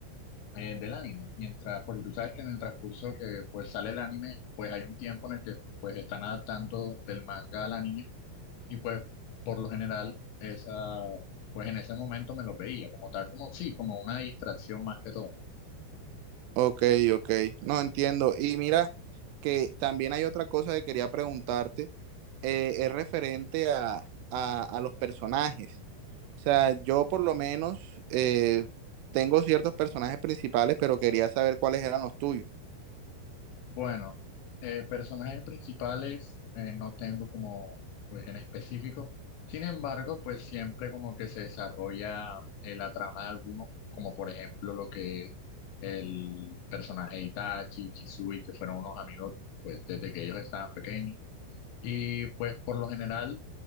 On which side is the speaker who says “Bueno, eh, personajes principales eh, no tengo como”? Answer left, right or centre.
Left